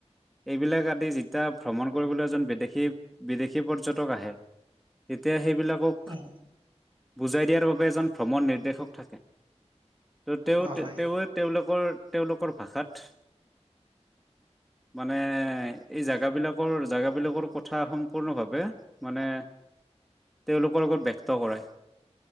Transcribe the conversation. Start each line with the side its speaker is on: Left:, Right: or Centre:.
Centre: এইবিলাক আদি যেতিয়া ভ্ৰমণ কৰিবলৈ এজন বিদেশী বিদেশী পৰ্যটক আহে তেতিয়া সেই বিলাকক
Right: উম
Centre: বুজাই দিয়াৰ বাবে এজন ভ্ৰমণ নিৰ্দেশক থাকে। তেওঁ,
Right: অ
Centre: ত,
Right: হয়
Centre: তেওঁৱে, তেওঁলোকক <unintelligible> তেওঁলোক ভাষাত মানে এই জাগাবিলাকৰ জাগাবিলাকৰ কথা সম্পূৰ্ণভাৱে মানে তেওঁলোকৰ লগত ব্যক্ত কৰায়।